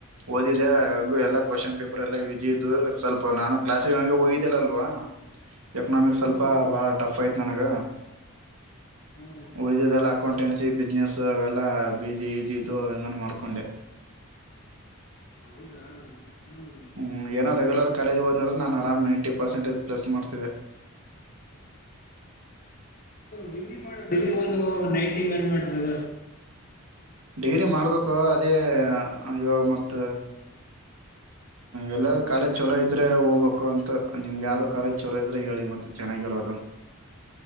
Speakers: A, on the right; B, on the left.
A: ಓದಿದೆ ಹಂಗು ಎಲ್ಲಾ ಕ್ವೆಶ್ಚನ ಪೇಪರ್ ಎಲ್ಲಾ ಈಜಿ ಇದು ಸ್ವಲ್ಪ ನಾನು ಕ್ಲಾಸ್ಗಿ ಹಂಗ ಹೋಗಿದ್ದಿಲ್ಲಿಲ್ಲ ಅಲ್ವಾ ಎಕನಾಮಿಕ್ ಸ್ವಲ್ಪ
B: ಹ್ಮ್
A: ಬಹಳ ಟಫ್ ಐತಿ. ನನಗ
B: ಹ್ಮ್
A: ಉಳಿದಿದೆಲ್ಲ ಅಕೌಂಟೆನ್ಸಿ ಬಿಸ್ನೆಸ್ ಅವೆಲ್ಲ ಬಿಜಿ ಈಜಿ ಇದ್ದು ಹೆಂಗನ್ ಮಾಡ್ಕೋ ಕೊಂಡೇ
B: ಹೌದಾ ಹ್ಮ್
A: ಹ್ಮ್ ಏನೋ ರೆಗ್ಯುಲರ್ ಕಾಲೇಜ್ಗೆ ಹೊದ್ನಿ ಅಂದ್ರ ನಾನ ಅರಾಮ್ ನೈಂಟಿ ಪರ್ಸೆಂಟೇಜ್ ಪ್ಲಸ್ ಮಾಡ್ತಿದ್ದೆ.
B: ಡಿಗ್ರಿ ಮಾಡಿ ಡಿಗ್ರಿ ಒಂದು ನೈಂಟಿ ಮೇಲೆ ಮಾಡದ್ರ
A: ಡಿಗ್ರಿ ಮಾಡ್ಬೇಕು ಅದೇ ಇವಾಗ ಮತ್ತ ಎಲ್ಲ ಕಾಲೇಜ್ ಚಲೋ ಇದ್ರೆ ಹೋಗ್ಬೇಕು ಅಂತ ನಿಮ್ಗೆ ಯಾವ್ದೋ ಕಾಲೇಜ್ ಚಲೋ ಇದ್ರೆ ಹೇಳಿ ಮತ್ತ ಚೆನ್ನಾಗಿರೋದು.